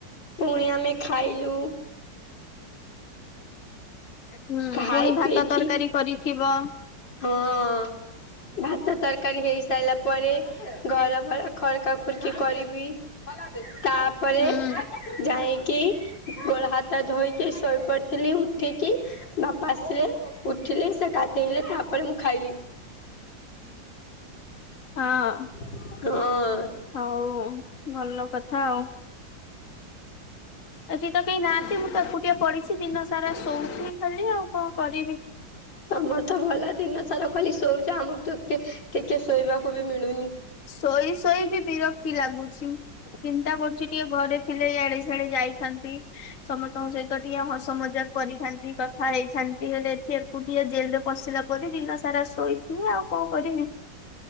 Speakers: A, on the left (about 70°); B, on the left (about 45°).
A: ପୁଣି ଆମେ ଖାଇଲୁ।
B: ହୁଁ
A: ଖାଇ
B: ପୁଣି ଭାତ
A: ପିଇକି
B: ତରକାରୀ କରିଥିବ।
A: ହଁ। ଭାତ ତରକାରୀ ହେଇସାରିଲା ପରେ ଘର ଫର ଖରକା ଖୁରକି କରିବି। ତାପରେ
B: ହୁଁ ହଁ।
A: ଯାଇଁକି ଗୋଳା ହାତ ଧୋଇକି ଶୋଇପଡିଥିଲି, ଉଠିକି ବାପା ଆସିଲେ ଉଠିଲେ ସେ କାଦେଇଲେ ତାପରେ ପରେ ମୁଁ ଖାଇଲି। <inaudible>
B: ହଁ।
A: <inaudible> ହଁ।
B: ହଉଆ ଭଲ କଥା ଆଉ। ଆଜିି ତ କେହି ନାହାନ୍ତି ମୁଁ ତ ଏକୁଟିଆ ପଢିଛି ଦିନ ସାରା ଶୋଉଛିି ଖାଲି ଆଉ କଣ କରିବି।
A: ତମର ତ ଭଲ ଦିନ ସାରା ଖାଲି ଶୋଇଉଛ ଆମକୁ <unintelligible> ଶୋଇବାକୁ ବି ମିଳୁନି।
B: ଶୋଇ ଶୋଇ ବି ବିରକ୍ତି ଲାଗୁଛି। ଚିନ୍ତା କରୁଛି ଟିକେ ଘରେ ଥିଲେ ଇଆଡେ ସିଆଡେ ଯାଇଥାନ୍ତି। ସମସ୍ତଙ୍କ ସହିତ ଟିକେ ହସ ମଜାକ କରିଥାନ୍ତି କଥା ହେଇଥାନ୍ତି ହେଲେ ଏଠି <unintelligible> ଟିକେ ଜେଲ ରେ ପସିଲା ପରେ ଦିନ ସାରା ଶୋଇଥୀବି ଆଉ କଣ କରିବି।